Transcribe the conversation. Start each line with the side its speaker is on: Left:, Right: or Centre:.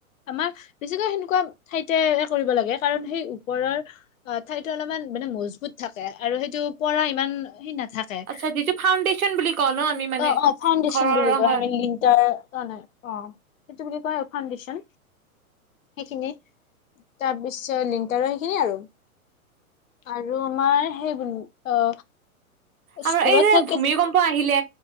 Left: আমাৰ বেছিকৈ সেনেকুৱা ঠাইতে কৰিব লাগে কাৰণ সেই ওপৰৰ অ ঠাইতো অলপমান মানে মজবুত থাকে আৰু সেইটো পৰা ইমান সেই নাথাক যায়।
Right: আচ্ছা যিটো ফাউণ্ডেশ্যন বুলি কওঁ ন আমি মানে
Left: অ অ ফাউণ্ডেচন
Right: ঘৰৰ
Left: বুলি কয়
Right: হয়।
Left: আমি লিং তাৰ, ক নাই অ সেইটো বুলি কয় ফাউণ্ডেশ্যন সেইখিনি তাৰ পিছত লিংটাৰো সেইখিনিয়ে আৰু। আৰু আমাৰ সেই বুলি অ
Right: আৰু
Left: স্কুলত
Right: এই যে
Left: থাকে
Right: ভূমিকম্প আহিলে